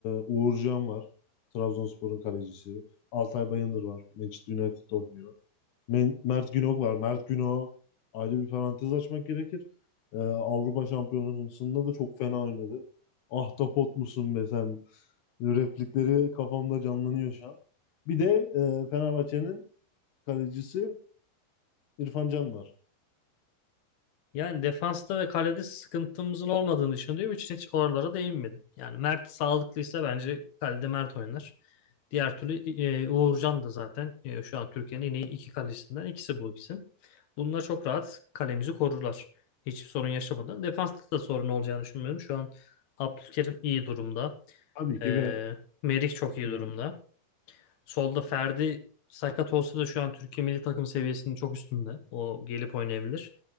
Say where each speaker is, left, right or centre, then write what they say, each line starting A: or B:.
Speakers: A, on the left; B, on the left.
A: Uğurcan var. Trabzonspor'un kalecisi. Altay Bayındır var. Manchester United oynuyor. Men- Mert Günok var. Mert Günok ayrı bir parantez açmak gerekir. E, Avrupa Şampiyonası'nda da çok fena oynadı. Ahtapot musun be sen? Replikleri kafamda canlanıyor şu an. Bir de e, Fenerbahçe'nin kalecisi İrfan Can var.
B: Yani defansta ve kalede sıkıntımızın olmadığını düşündüğüm için hiç oralara değinmedim. Yani Mert sağlıklıysa bence kalede Mert oynar. Diğer türlü e, Uğurcan da zaten e, şu an Türkiye'nin en iyi iki kalecisinden ikisi bu ikisi. Bunlar çok rahat kalemizi korurlar. Hiçbir sorun yaşamadan. Defansta da sorun olacağını düşünmüyorum. Şu an Abdülkerim iyi durumda.
A: Tabii
B: E,
A: ki ve
B: Merih çok iyi
A: e,
B: durumda.
A: yani
B: Solda Ferdi sakat olsa da şu an Türkiye milli takım seviyesinin çok üstünde. O gelip oynayabilir.